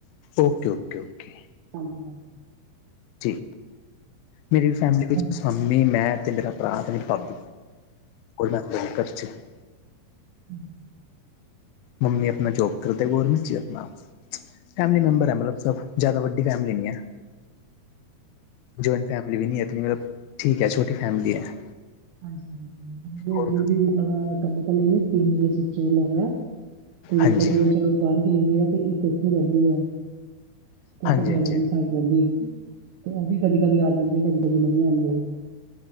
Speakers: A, on the left; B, on the right.
A: Okay, okay, okay.
B: ਹਾਂਜੀ
A: ਜੀ ਮੇਰੀ ਫੈਮਿਲੀ ਵਿੱਚ
B: ਹਾਂਜੀ
A: ਮੰਮੀ ਮੈਂ ਤੇ ਮੇਰਾ ਭਰਾ ਤੇ ਭਾਬੀ। ਕੋਈ ਨੀ ਮੈਂ <unintelligible>
B: <inaudible>
A: ਮੰਮੀ ਆਪਣਾ ਜੋਬ ਕਰਦੇ ਗੌਰਮੈਂਟ ਚ ਆਪਣਾ। ਫੈਮਿਲੀ ਮੈਂਬਰ ਹੈ ਮਤਲਬ ਸਭ ਜ਼ਿਆਦਾ ਵੱਡੀ ਫੈਮਿਲੀ ਨੀ ਹੈ। ਜੌਇੰਟ ਫੈਮਲੀ ਵੀ ਨਹੀਂ ਮਤਲਬ ਠੀਕ ਹੈ ਛੋਟੀ ਫੈਮਲੀ ਹੈ।
B: ਹਾਂਜੀ
A: ਹੋਰ
B: <unintelligible> ਕਲੀ-ਕਲੀ ਮੇਰੀ ਸੁਚੀ ਜਗਾ। ਤੇ
A: ਹਾਂਜੀ
B: ਦੋ ਚਲੋ ਬਾਹਰ ਗਏ ਹੋਏ ਆ ਤੇ ਇੱਕ ਇੱਥੇ ਰਹਿੰਦੇ ਆ।
A: ਹਾਂਜੀ
B: ਤੇ ਪਟਿਆਲੇ
A: ਹਾਂਜੀ
B: ਵਾਲੀ
A: ਹਾਂਜੀ
B: ਸਾਈਡ ਰਹਿੰਦੀ ਤੇ ਉਹ ਵੀ ਕਦੀ ਕਦੀ ਆ ਜਾਂਦੇ ਕਦੀ ਕਦੀ ਨਹੀਂ ਆਂਦੇ।